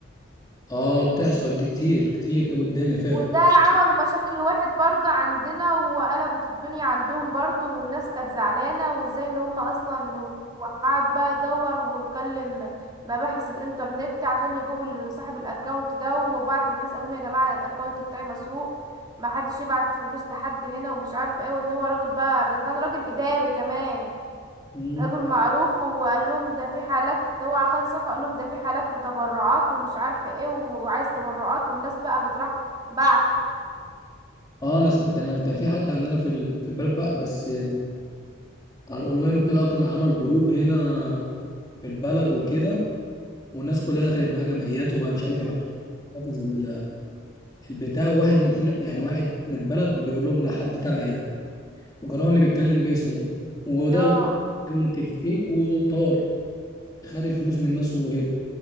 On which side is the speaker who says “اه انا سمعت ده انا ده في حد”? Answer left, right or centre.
Left